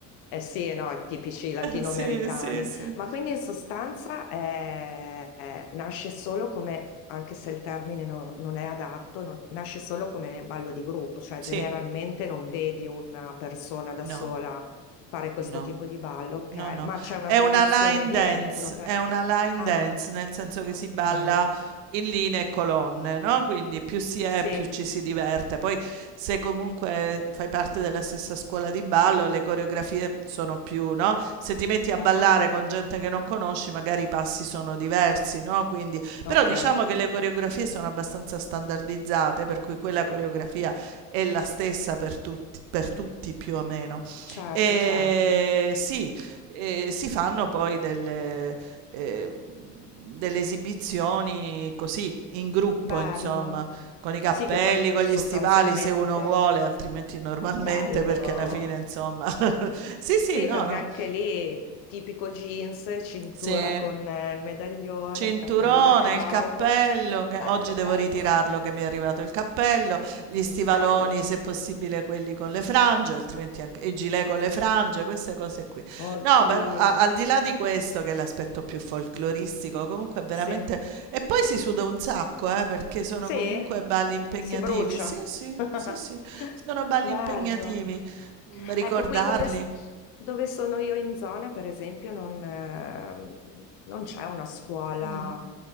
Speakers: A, on the left (about 45°); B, on the right (about 50°).
A: eh sì, no, è tipici latinoamericani,
B: Sì, sì, sì.
A: ma quindi in sostanza è- è- nasce solo come, anche se il termine no- non è adatto, no- nasce solo come ballo di gruppo, cioè
B: Sì,
A: generalmente non vedi una persona da
B: no,
A: sola fare questo
B: no.
A: tipo di ballo, ok,
B: No, no,
A: ma c'è una
B: è
A: tradizione
B: una line
A: dietro
B: dance,
A: perché...
B: è una line
A: Ah,
B: dance nel senso che
A: ok,
B: si balla in linee e colonne, no? Quindi più si è,
A: sì,
B: più ci si diverte. Poi se comunque fai parte della stessa scuola di ballo, le coreografie sono più, no? Se ti metti a ballare
A: mhm,
B: con gente che non conosci, magari i passi sono diversi, no? Quindi,
A: ok,
B: però diciamo che le coreografie sono abbastanza standardizzate, per cui quella coreografia è la stessa per tutti, per tutti più o meno.
A: certo,
B: E
A: certo,
B: sì. E si fanno poi delle, eh, delle esibizioni così, in gruppo,
A: bello.
B: insomma, con i cappelli,
A: Sì, che poi
B: con gli
A: sostanzialmente...
B: stivali se uno vuole, altrimenti normalmente
A: Bello.
B: perché alla fine, insomma. <laughs> Sì, sì,
A: Sì,
B: no,
A: perché
B: no.
A: anche lì tipico jeans, cintura
B: Se
A: con eh, il medaglione,
B: Cinturone,
A: il cappello da cowboy.
B: il cappello, che
A: Bello,
B: oggi devo
A: bello,
B: ritirarlo
A: bello.
B: che mi è arrivato il cappello, gli stivaloni
A: Bello.
B: se possibile quelli con le frange, altrimenti anche i gilet con le frange, queste cose qui.
A: Oddio.
B: No, però a- al di là di questo che è l'aspetto più folcloristico, comunque è veramente...
A: Sì.
B: E poi si suda un sacco, eh, perché sono
A: Sì?
B: comunque balli impegnativi.
A: Si brucia.
B: Sì, sì,
A: <laughs>
B: sì, sì, sono balli
A: Bello.
B: impegnativi, mm, ricordarli.
A: Ecco, qui dove, dove sono io in zona, per esempio, non, ehm, non c'è una scuola
B: Mm.